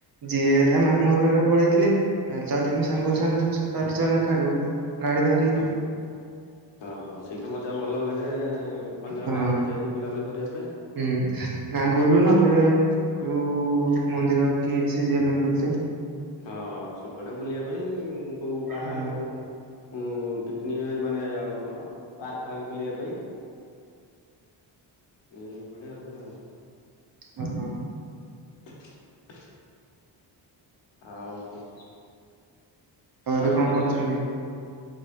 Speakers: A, on the right (about 50°); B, on the left (about 70°).
A: ଯିଏ ଯା ମାମୁଁ ଘରୁକୁ ହାରିକା ପଳେଇଥିଲେ। ନହେଲେତ ଆଉ ଦି ଜଣ
B: ହୁଁ।
A: ସାଙ୍ଗ ଅଛନ୍ତି। ସବୁ ସ <unintelligible> ଗାଡ଼ି ଧରି
B: ହଁ ହଁ ହଁ ସେଇତ ମଜା ଭଲ ଲାଗେ ଅନ୍ୟ
A: ହଁ
B: ଗାଁକୁ ଯାଇକି ବୁଲାବୁଲି କରିବା ପାଇଁ।
A: ହଁ ଗାଁକୁ
B: ହୁଁ
A: ଗଲୁ ନହଲେ କୋଉ ମନ୍ଦିର କିଏ ଆସି ଯିବା ପାଇଁ ବୁଲିତେ।
B: ହଁ ସବୁଆଡେ ବୁଲିବା ପାଇଁ। କୋଉ ଗାଁ
A: ହଁ
B: କୋଉ ଉ ପିକନିକ ମାନେ ଆଉ କଣ ପାର୍କ ଫାର୍କ ବୁଲିବା ପାଇଁ। ଏଇ ବଢିଆ ରୁହେ ଆଉ।
A: ହ ହଁ।
B: <inaudible> ଆଉ କଣ?
A: ଏବେ
B: ଆଉ ରଥ
A: କଣ
B: ସେଟା
A: କରୁଛନ୍ତି?